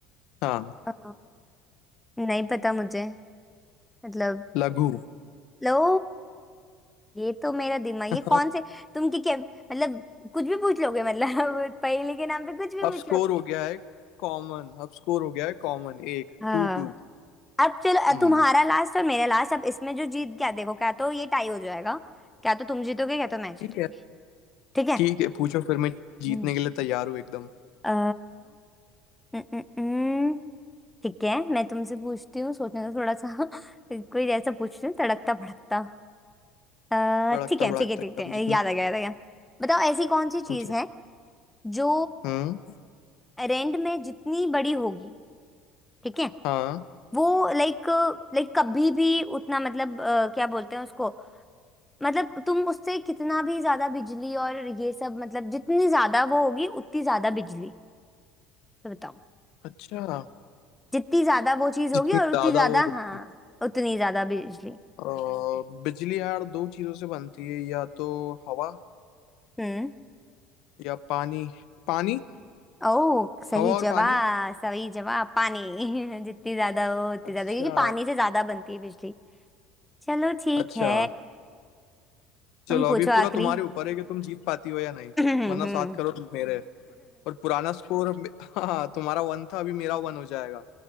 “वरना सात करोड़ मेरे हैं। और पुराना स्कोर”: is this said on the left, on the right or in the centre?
Left